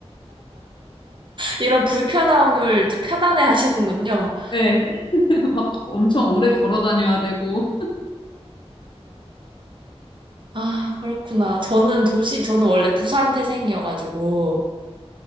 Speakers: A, on the right; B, on the left.
A: 이런 불편함을 또 편안해 하시는군요.
B: 네. <laughs> 막 엄청 오래 걸어 다녀야 되고
A: 아, 그렇구나. 저는 도시, 저는 원래 부산 태생이어가지고,